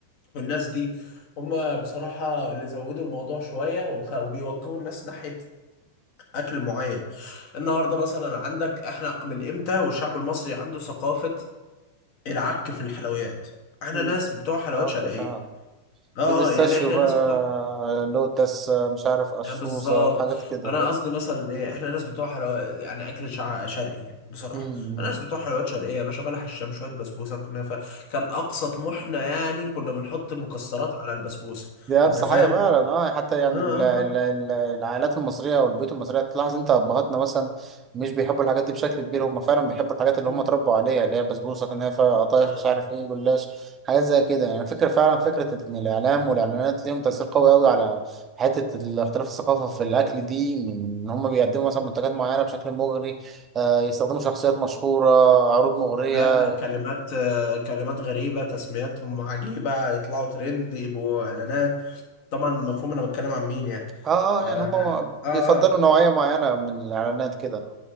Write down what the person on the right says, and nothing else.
مم.
اوكي
فعلا
البيستاشيو
بقى
لوتس مش عارف قصوصه
حاجات كده
بقى
دي أبسط
حاجة فعلا اه يعني حتى يعني
ال- ال- ال- العائلات المصرية والبيوت المصرية تلاحظ انت أبهاتنا مثلا مش بيحبوا الحاجات دي بشكل كبير هم فعلا بيحبوا الحاجات اللي
هم اتربوا عليها اللي هي البسبوسة كنافة قطايف
مش عارف ايه جلاش حاجات زي كده يعني فكرة فعلا فكرة إن الإعلام والإعلانات ليهم تأثير قوي أوي على حتة الاختلاف الثقافة في الأكل دي من إن هم بيقدموا مثلا منتجات معينة بشكل مغري آه، يستخدموا شخصيات مشهورة عروض مغرية
اه
اه
يعني هم
بيفضلوا نوعية معينة من الإعلانات كده